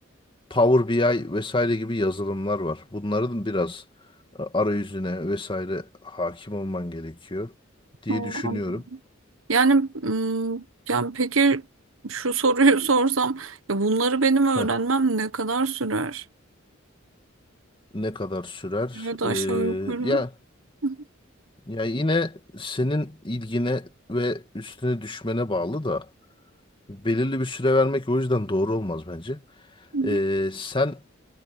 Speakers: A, on the left (about 25°); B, on the right (about 85°).
A: Power BI vesaire gibi yazılımlar var. Bunların biraz e, arayüzüne vesaire hakim olman gerekiyor diye
B: Oo,
A: düşünüyorum.
B: anladım. Yani, mm, yani peki şu soruyu <laughs> sorsam ya bunları benim öğrenmem
A: Heh,
B: ne kadar sürer?
A: ne kadar sürer?
B: Ya da
A: Ee,
B: aşağı yukarı.
A: ya
B: Hı
A: ya yine senin ilgine ve üstüne düşmene bağlı da belirli bir süre vermek o yüzden doğru olmaz bence.
B: hı,
A: Ee, sen